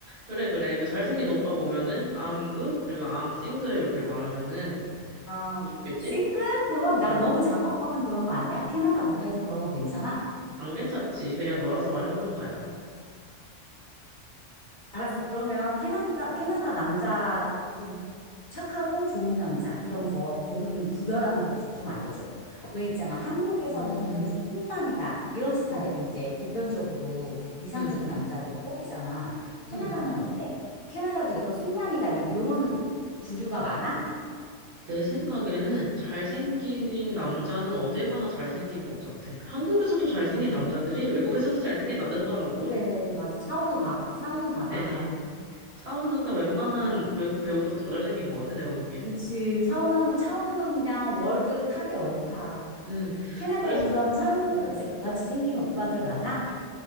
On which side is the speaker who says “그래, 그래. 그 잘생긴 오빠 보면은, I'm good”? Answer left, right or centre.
Right